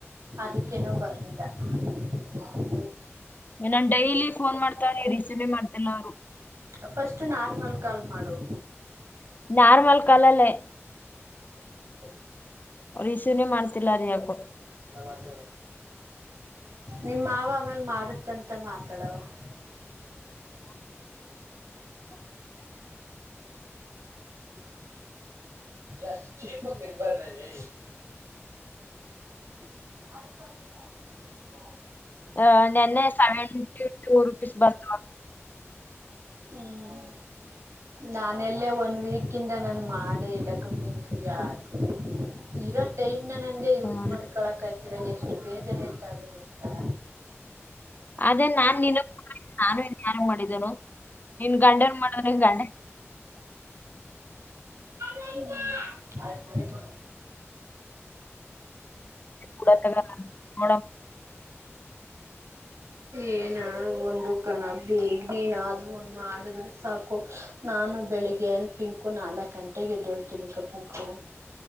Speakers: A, on the right; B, on the left.
A: ಅದಕ್ಕೇನೋ ಬರಲಿಲ್ಲ ಹಾಗ
B: ನನ್ ಡೈಲಿ ಫೋನ್ ಮಾಡ್ತಾ ನೀ ರೀಸೀವೇ ಮಾಡ್ತಿಲ್ಲ ಅವ್ರು
A: ಫಸ್ಟ್ ನಾರ್ಮಲ್ ಕಾಲ್ ಮಾಡುವ
B: ನಾರ್ಮಲ್ ಕಲಲೆ
A: ಕೇಳುತ್ತಿಲ್ಲ
B: ಅವರು ಇಶೂನೇ ಮಾಡ್ತಿಲ್ಲ ಅ ಯಾಕು
A: ಬತ ಬ ನಿಮಮ್ಮ ಮಾವ ಆಮೇಲ್ ಮಾಡುತ್ತಂತ ಮಾತಾಡವ <inaudible> <inaudible> ಎಷ್ಟ ಚೀ ಮಕ್ಿಗೆ ಬರ್ರಲ್ಲಿ ಹ್ಮ್ ಹ್ಮ
B: ಅ ನೆನ್ನೆ ಸೆವೆಂಟಿ ಟು ರುಪೀಸ್ ಬಂತ
A: ಹ್ಮ್ ನಾನೆಲ್ಲೇ ಒನ್ ವೀಕ್ ಕ ನನ್ ಮಾಡೆ ಇಲಕ್ಕ ಪಿಂಕ ಯಾರಗ ಇರೋ ಟೈಮ್ ಇನ್ನು ನನ್ಗೆ ಯೂಸ್
B: ಹ್ಮ್
A: ಮಾಡ್ಕೊಳಕಯ್ತಿಲ್ಲ ಎಷ್ಟು ಬೇಜ ರೇಟ್ ಆದ ಗೊತ್ತಾ
B: ಅದೇ ನಾನ್ ನಿ ನಾನು ಇನ್ ಯಾರು ಮಾಡಿದ್ದನು ನಿನ್ ಗಂಡ್ಯರು ಮಾಡದ್ರ ಗಂಡ
A: ಆ ಮ ಬ
B: ಕೂಡ ನೋಡ
A: ಏನಾದರು ಒಂದು ಕಣ ಬೇಗ ನೀನಾದೂ ಒಂದು ಮಾಡಿದ್ರೆ ಸಾಕು ನಾನು ನಾನು ಬೆಳಿಗ್ಗೆನ್ ಪಿಂಕು ನಾಲ್ಕಕ್ ಗಂಟೆಗೆದಡ್ತೀನಿ ಕಪಿಂಕು